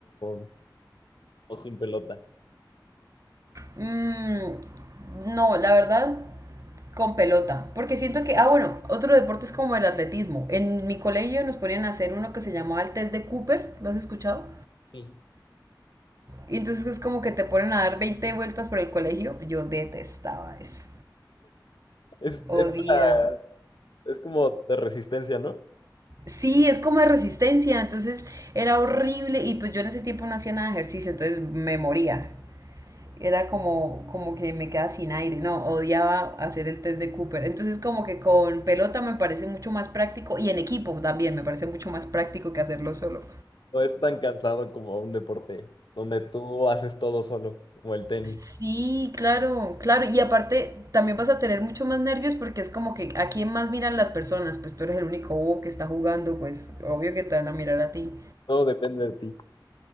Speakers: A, on the left; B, on the right.
A: o- o sin pelota?
B: Mm, no, la verdad, con pelota. Porque siento que, ah, bueno, otro deporte es como el atletismo. En mi colegio nos ponían a hacer uno que se llamaba el test de Cooper. ¿Lo has escuchado?
A: Sí.
B: Y entonces es como que te ponen a dar 20 vueltas por el colegio. Yo detestaba eso.
A: Es,
B: Odiaba.
A: es, la- es como de resistencia, ¿no?
B: Sí, es como de resistencia, entonces era horrible y pues yo en ese tiempo no hacía nada de ejercicio, entonces me moría. era como, como que me quedaba sin aire, no, odiaba hacer el test de Cooper. Entonces como que con pelota me parece mucho más práctico y en equipo también me parece mucho más práctico que hacerlo solo.
A: No es tan cansado como un deporte donde tú haces todo solo, como el tenis.
B: Sí, claro, claro. Y aparte también vas a tener mucho más nervios porque es como que a quién más miran las personas, pues tú eres el único bobo que está jugando, pues obvio que te van a mirar a ti.
A: Todo depende de ti.